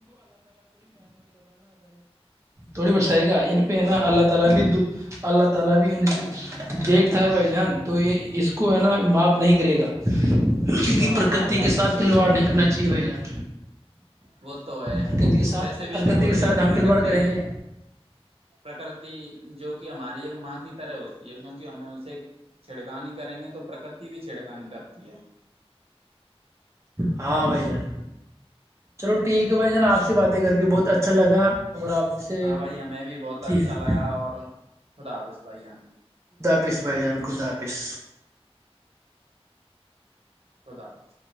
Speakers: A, on the right (about 25°); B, on the right (about 65°).
A: بڑی برسائے گا ان
B: وہ
A: پہ
B: تو
A: نا
B: ہے بھائی
A: اللہ تعالی کی اللہ تعالی بھی ان کو دیکھتا ہے بھائی جان تو یہ اس ہے نا معاف
B: یہ
A: نہیں
B: تو
A: کرے گا
B: یہ
A: کیونک
B: تو بات
A: پرکتی
B: بھائی آپ نے صحیح
A: سھلواڑ
B: بولا
A: نہیں
B: ہے
A: کر چاہیے جان
B: وہ تو ہے
A: پرکرتی کے ساتھ
B: ویسے بھی
A: پرکرتی
B: تو بولتے
A: کے ساتھ
B: ہیں کہ
A: ہم
B: پرکرتی
A: کھلواڑ کریں گے
B: پرکرتی جو کہ ہماری ایک ماں کی طرح ہوتی ہے کیونکہ ہم اس سے چھڑکانی کریں گے تو پرکرتی بھی چھڑکانی کرتی ہے
A: ہاں بھائی جان چلو ٹھیک ہے بھائی ج ن آپ سے بات کر کے بہت اچھا لگا اور آپ سے
B: ہاں بھائی ہمیں بھی بہت
A: ٹھیک
B: اچھا لگا اور خدا حافظ بھائی ہم
A: آپس بھائی جان خدا ہپس
B: خدا